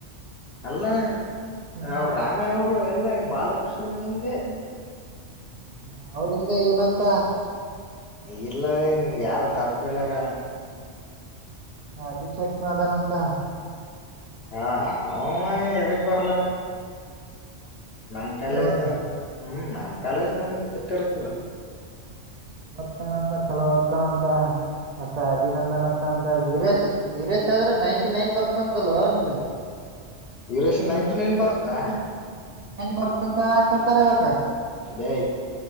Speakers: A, on the left (about 60°); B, on the right (about 40°).
A: ಅಲ್ಲ
B: ಹ್ಮ್
A: ಅವ ರಾಮೆ ಅವರು ಎಲ್ಲ ಬಾಲಕೃಷ್ಣನ ಹಿಂದೆ
B: ಹ್ಮ ಅವ್ರಂದ ಇವನಂತ
A: ಇಲ್ಲ ನಿನ್ ಯಾರ ತಪ್ಪ ಹೇಳಾರ
B: ಹ ಅಭಿಷೇಕ್ನದನಂತ
A: ಹಾ ಅವನು ಎದಕ್ ಬರಲ ನಮ್ ಕಾಲೇಜ್
B: ಬರಲಂದೆ
A: <unintelligible> ಹ್ಮ್ ನಮ್ ಕಾಲೇಜ್ ನಮಗ್ ಗೊತ್ತಿರ್ತದ.
B: ಓದ್ತಾನಂತ ಚಲೋ <unintelligible> ಮತ್ತ ಅಭಿನಂದನ್ ಅತ್ತ ಅಂತ ವೀರೇಶ ವೀರೇಶ್ ಆದ್ರೆ ನೈನ್ಟಿ ನೈನ್ ಬರ್ತಂತ ಲ್ಲ ಹಂದೆ
A: ವೀರೇಶನ್ ನೈನ್ಟಿ ನೈನ್ ಬರ್ತಾ
B: ಬನ್ ಬರ್ತಂತ ಕತಾರೆ ಇಾಗ
A: ಅದೇ